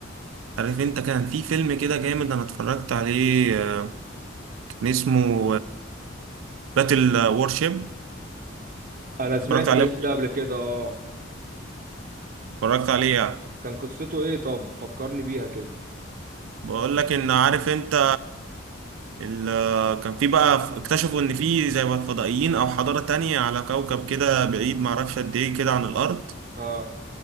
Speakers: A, on the right (about 80°); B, on the right (about 45°).
A: عارف انت كان في فيلم كده جامد انا اتفرجت عليه آه، كان اسمه باتل وورشيب
B: انا سمعت
A: اتفرجت عليه
B: الاسم ده قبل كده اه
A: اتفرجت عليه يعني
B: كان قصته ايه طب فكرني بيها كده
A: بقول لك ان عارف انت ال- كان في بقى اكتشفوا ان في زي ما فضائيين او حضارة تانية على كوكب كده بعيد معرفش قد ايه كده عن الارض
B: اه